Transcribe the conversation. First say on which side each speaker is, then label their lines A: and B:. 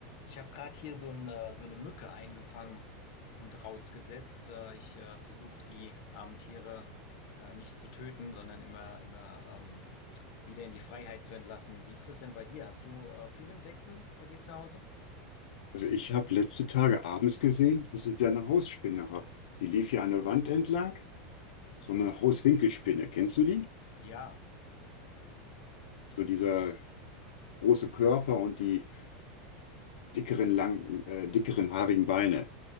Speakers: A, on the left; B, on the left.
A: Ich habe gerade hier so eine, so eine Mücke eingefangen und rausgesetzt. Äh, Ich äh, versuche die armen Tiere äh, nicht zu töten, sondern immer, immer ähm, wieder in die Freiheit zu entlassen. Wie ist das denn bei dir? Hast du äh, viele Insekten bei dir zu Hause?
B: Also ich habe letzte Tage abends gesehen, dass ich da eine Hausspinne habe. Die lief hier an der Wand entlang. So eine Hauswinkelspinne. Kennst du die?
A: Ja,
B: So dieser große Körper und die dickeren, lang, äh, dickeren haarigen Beine.